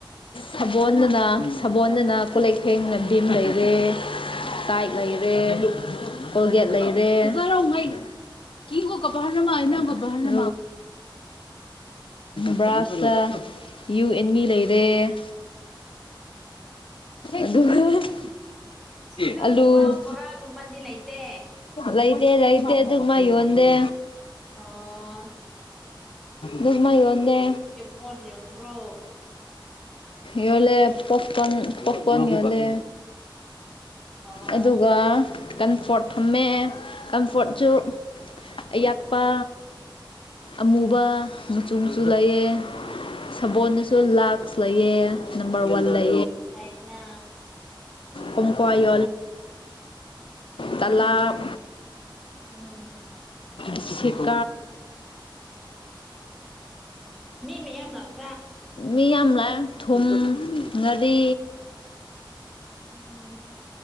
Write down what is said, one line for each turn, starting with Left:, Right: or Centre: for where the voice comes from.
Left: ꯁꯥꯜꯗꯅ ꯁꯥꯕꯣꯜꯗꯅ ꯀꯣꯂꯦꯛ ꯍꯦꯡꯅꯕꯤ ꯑꯩꯗꯒꯤ
Centre: ꯎꯝ
Left: ꯇꯥꯏꯠ ꯂꯩꯔꯦ ꯀꯣꯜꯒꯦꯠ ꯂꯩꯔꯦ ꯀ ꯀꯣ ꯀ ꯄꯍꯔꯅ ꯃꯥꯩꯅꯒ ꯄꯅ ꯕ꯭ꯔꯥꯁꯇ ꯌꯨ ꯑꯦꯟꯃꯤ ꯂꯩꯔꯦ ꯑꯗꯨꯒ
Centre: ꯁꯤꯡꯖꯨꯒꯨꯝꯕ
Left: ꯑꯂꯨ
Centre: ꯕꯣꯔꯥꯒꯨꯝꯕꯗꯤ ꯂꯩꯇꯦ
Left: ꯂꯩꯇꯦ ꯂꯩꯇꯦ ꯑꯗꯨꯒ ꯃꯥ ꯌꯣꯟꯗꯦ
Centre: ꯑꯣ
Left: ꯖꯃꯤꯅꯣ ꯅꯃ ꯌ ꯌꯗꯦ
Centre: ꯄꯣꯌꯝꯝꯕ꯭ꯔꯣ
Left: ꯌꯍꯂ ꯄꯣꯞꯀꯟ ꯄꯣꯞꯀꯟ ꯌꯤꯌꯣꯦ
Centre: ꯑꯣ
Left: ꯑꯗꯨꯒ ꯀꯝꯐꯣꯔꯠ ꯊꯝꯃꯦꯦ ꯀꯝꯐꯣꯔꯠꯁꯨ ꯑꯌꯥꯛꯄ ꯑꯃꯨꯕ ꯃꯆꯨ ꯃꯆꯨ ꯂꯩꯌꯦꯦ ꯁꯕꯣꯜꯅꯁꯨ ꯂꯥꯛꯁ ꯂꯩꯌꯦ ꯅꯝꯕꯔ ꯋꯥꯟ ꯂꯩ
Centre: ꯍꯥꯏꯅ
Left: ꯀꯣꯡꯀꯋꯥ ꯏꯍꯦ ꯇꯂꯥꯞ
Centre: ꯎꯝ
Left: ꯁꯤꯀꯥ
Centre: ꯃꯤ ꯃꯤꯌꯥꯝ ꯂꯪꯦ
Left: ꯃꯤ ꯌꯥꯝ ꯂꯥꯛꯑꯦ ꯊꯨꯝ ꯉꯥꯔꯤ
Centre: ꯎꯝ